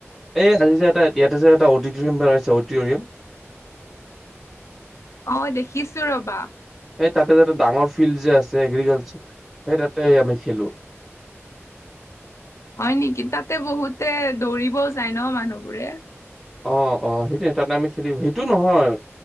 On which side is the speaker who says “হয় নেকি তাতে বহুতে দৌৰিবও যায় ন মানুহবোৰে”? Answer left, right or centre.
Left